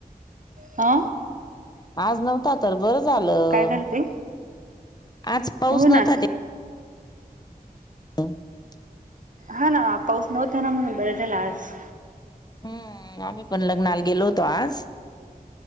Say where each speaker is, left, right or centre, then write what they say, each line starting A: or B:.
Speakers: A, on the right (about 55°); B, on the left (about 25°).
A: आ.
B: आज नव्हता तर बरं झालं.
A: काय ते
B: आज पाऊस
A: हो ना
B: नव्हता ते. <inaudible>
A: हा ना पाऊस नव्हता ना, म्हणून बरं झालं आज
B: हम्म, आम्ही पण लग्नाला गेलो होतो आज